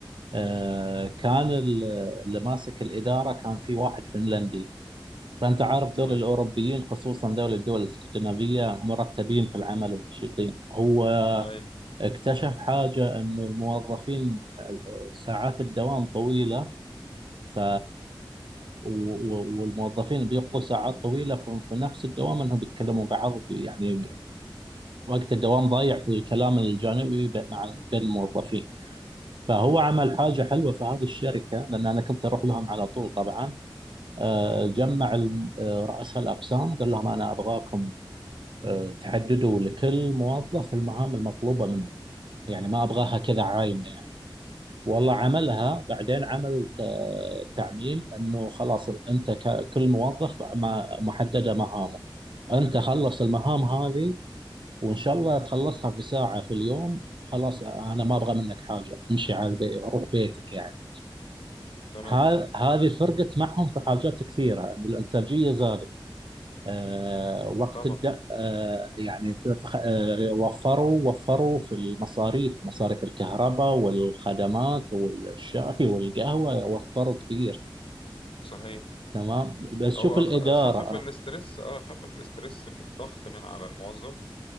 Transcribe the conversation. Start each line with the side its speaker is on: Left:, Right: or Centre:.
Right: آه،
Left: امم
Right: كان ال- اللي ماسك الإدارة كان في واحد فنلندي فأنت عارف دول
Left: تمام
Right: الأوروبيين خصوصا دول الدول الاسكندنافية مرتبين في العمل ونشيطين هو
Left: اي
Right: اكتشف حاجة أنه الموظفين ساعات الدوام طويلة ف و- و- والموظفين اللي بيقضوا ساعات طويله في في نفس الدوام انهم بيتكلموا بعض يعني ب- وقت الدوام ضايع في الكلام الجانبي ب- مع بين الموظفين فهو
Left: امم
Right: عمل حاجه حلوه في هذه الشركه لان انا كنت اروح لهم على طول طبعا آه، جمع الم- آه، رؤساء الاقسام قال لهم انا ابغاكم آه، تحددوا لكل موظف المهام المطلوبه منه يعني ما ابغاها كذا عايمه والله
Left: اه
Right: عملها بعدين عمل الت- تعميم انه خلاص انت ك- كل موظف مع- محدده مهامه انت خلص المهام هذه وان شاء الله تخلصها في ساعه في اليوم خلاص انا ما ابغى منك حاجه امشي على البيت روح بيتك يعني
Left: تمام
Right: ها- هذه فرقت معهم في حاجات كثيره ان الانتاجيه زادت آه، وقت
Left: طبعا
Right: تبدأ آه، يعني تتخ- آه، وفروا وفروا في المصاريف مصاريف الكهرباء والخدمات والشاي والقهوة وفروا كثير
Left: صحيح
Right: تمام بس شوف
Left: هو
Right: الإدارة
Left: أخ- خفف
Right: آه،
Left: الاسترس اه خفف الاسترس من الضغط من على الموظف